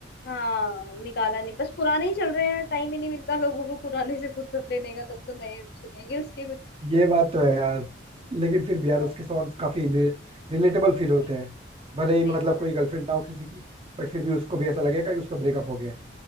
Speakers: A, on the left; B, on the right.
A: हाँ निकाला नहीं बस पुराने ही चल रहे हैं टाइम ही नहीं मिलता लोगों को पुराने से फुर्सत लेने का तब तो नए सुनेंगे उसके कुछ
B: ये बात तो है यार लेकिन फिर भी
A: बहुत
B: यार उसके सॉन्ग्स काफी रिलेटेबल
A: बहुत
B: फील
A: सही
B: होते हैं भले
A: सही
B: ही मतलब
A: बोल
B: कोई
A: रहे
B: गर्लफ्रेंड
A: हो
B: ना हो किसी की बट फिर भी उसको भी ऐसा लगेगा कि उसका ब्रेकअप हो गया है